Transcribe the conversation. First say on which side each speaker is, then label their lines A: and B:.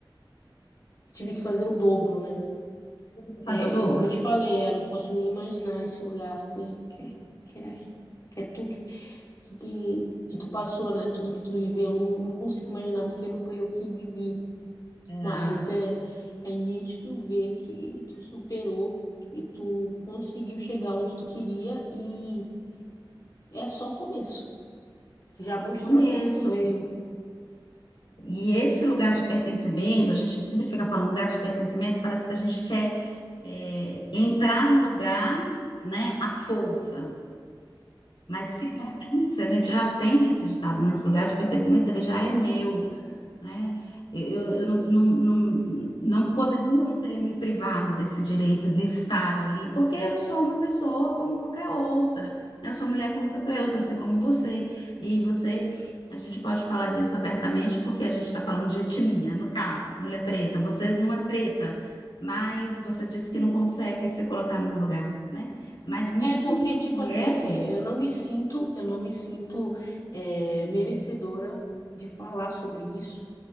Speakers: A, on the left; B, on the left.
A: tive que fazer o dobro, né?
B: Tive que fazer
A: É,
B: o dobro.
A: e como eu te falei, é, não posso nem imaginar esse lugar que, que, que é, que é tu que, que, que tu passou, né? Tudo que tu viveu, eu não, não consigo imaginar porque não foi eu que vivi.
B: É,
A: Mas é, é nítido ver que tu superou, que tu conseguiu chegar onde tu queria e é só o começo. Tu já
B: foi
A: mostrou
B: o começo.
A: para que tu veio.
B: E esse lugar de pertencimento, a gente sempre fica falando lugar de pertencimento, parece que a gente quer é, entrar no lugar, né? À força. Mas se pertence, a gente já tem esse ditado, né? Esse lugar de pertencimento, ele já é meu, né? Eu, eu não, não, não, não poderia não ter me privado desse direito de estar ali, porque eu sou uma pessoa como qualquer outra, né? Eu sou mulher como qualquer outra, assim como você. E você, a gente pode falar disso abertamente, porque a gente está falando de etnia, no caso, mulher preta. Você não é preta, mas você disse que não consegue se colocar no meu lugar, né? Mas mesmo
A: É porque,
B: enquanto
A: tipo
B: mulher,
A: assim, é,
B: é,
A: eu não me sinto, eu não me sinto é, merecedora de falar sobre isso,